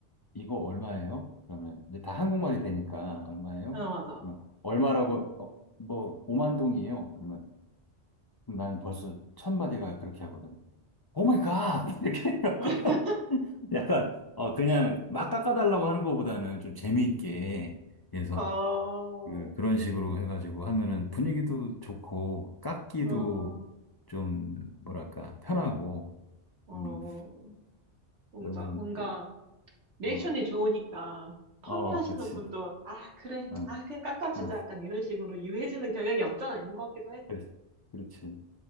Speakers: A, on the left (about 35°); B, on the right (about 80°).
A: 이거 얼마예요? 그러면, 이제 다 한국말이 되니까, 얼마예요?
B: 맞아, 맞아.
A: 그러면 얼마라고, 어, 뭐, 오만 동이에요. 그러면, 그럼 나는 벌써 첫 마디가 그렇게 하거든. 오 마이 갓! <laughs> 이렇게 해갖고,
B: <laughs>
A: <laughs> 약간, 어, 그냥 막 깎아달라고 하는 것보다는 좀 재미있게, 그래서,
B: 어.
A: 그, 그런 식으로 해가지고 하면은 분위기도 좋고, 깎기도
B: 어,
A: 좀, 뭐랄까, 편하고,
B: 어, 어.
A: 음,
B: 뭔가,
A: 그러면
B: 뭔가,
A: 또,
B: 리액션이
A: 어,
B: 좋으니까, 판매하시는
A: 어, 그렇지.
B: 분도, 아, 그래,
A: 어,
B: 아, 그냥 깎아주자.
A: 어,
B: 약간 이런 식으로 유해지는 경향이 없잖아, 있는 것 같기도 해.
A: 그래, 그렇지.